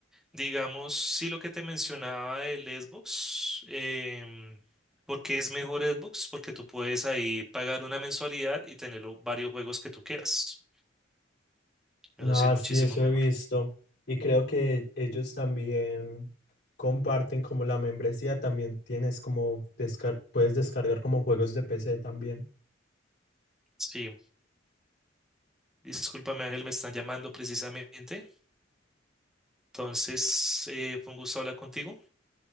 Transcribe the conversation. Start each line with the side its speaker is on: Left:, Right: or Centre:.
Centre: digamos, sí lo que te mencionaba del Xbox, em, ¿por qué es mejor Xbox? Porque tú puedes ahí pagar una mensualidad y tener los varios juegos que tú quieras. Eso
Left: Ah,
Centre: sí, muchísimo
Left: sí, eso
Centre: mejor.
Left: he visto. Y creo que ellos también comparten como la membresía, también tienes como descar- puedes descargar como juegos de PC también.
Centre: Sí, discúlpame Ángel, me están llamando precisamente. Entonces, eh, fue un gusto hablar contigo.